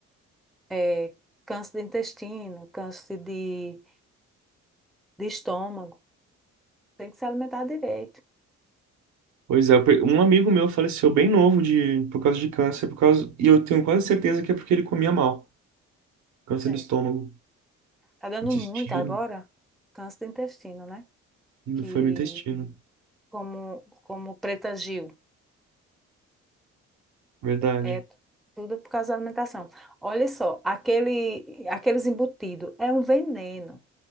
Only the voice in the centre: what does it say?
É, câncer de intestino, câncer de, de estômago, tem que se alimentar direito.
É.
Tá dando
muito agora, câncer de intestino, né?
Que,
como, como Preta Gil.
É tudo por causa da alimentação. Olha só, aquele, aqueles embutidos é um veneno.